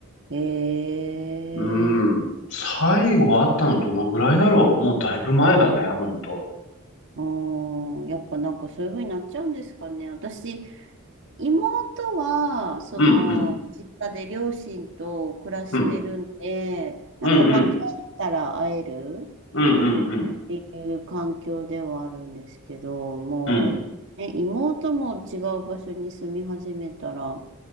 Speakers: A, on the right; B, on the left.
A: ええ
B: うん。最後会ったのどのぐらいだろうもうだいぶ前だね、本当。
A: ー、ああ、やっぱなんかそういうふうになっちゃうんですかね。私、妹は、その、
B: うん、うん、
A: 実家で両親と暮らしてるんで、
B: うん。
A: なんかまあ、
B: うん、うん。
A: 帰ったら会える
B: うんうん
A: っていう環境ではあるんですけど、もう、
B: うん。
A: ね、妹も違う場所に住み始めたら、